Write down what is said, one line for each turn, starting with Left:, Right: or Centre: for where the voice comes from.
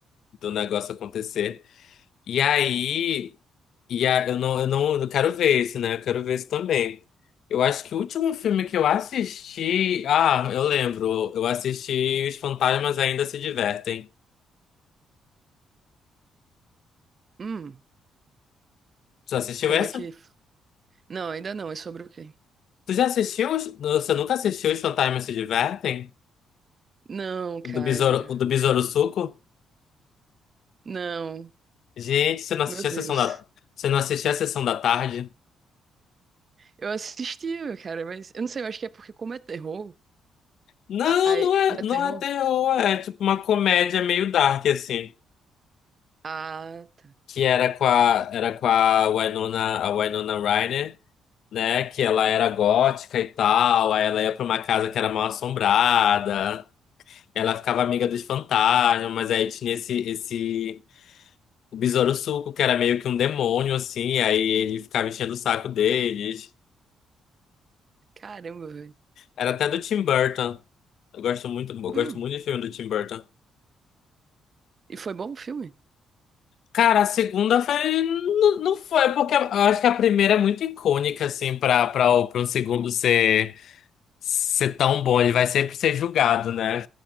Left: do negócio acontecer. E aí. E a, eu não, eu não, eu quero ver esse, né? Eu quero ver esse também. Eu acho que o último filme que eu assisti. Ah, eu lembro. Eu assisti Os Fantasmas Ainda Se Divertem.
Right: hum,
Left: Tu assistiu
Right: como
Left: essa?
Right: é que Não, ainda não. É sobre o quê?
Left: Tu já assistiu? os- Você nunca assistiu Os Fantasmas Se Divertem?
Right: Não, cara.
Left: O do Besouro, o do Besouro Suco?
Right: Não.
Left: Gente, você não
Right: Meu
Left: assistiu
Right: Deus.
Left: a sessão da. Você não assistiu a sessão da tarde?
Right: Eu assisti, cara, mas eu não sei, eu acho que é porque como é terror.
Left: Não,
Right: Ai,
Left: não é,
Right: não é
Left: não
Right: terror?
Left: é terror, é tipo uma comédia meio dark, assim.
Right: Ah, tá.
Left: Que era com a, era com a Winona, a Winona Ryder. né? Que ela era gótica e tal, aí ela ia pra uma casa que era mal assombrada, ela ficava amiga dos fantasmas, mas aí tinha esse, esse o Besouro Suco, que era meio que um demônio, assim, aí ele ficava enchendo o saco deles.
Right: Caramba, velho.
Left: Era até do Tim Burton. Eu gosto muito, eu gosto
Right: Hum.
Left: muito de filme do Tim Burton.
Right: E foi bom o filme?
Left: Cara, a segunda foi. Não, não foi, porque eu acho que a primeira é muito icônica, assim, pra, pra, pra um segundo ser. ser tão bom, ele vai sempre ser julgado, né?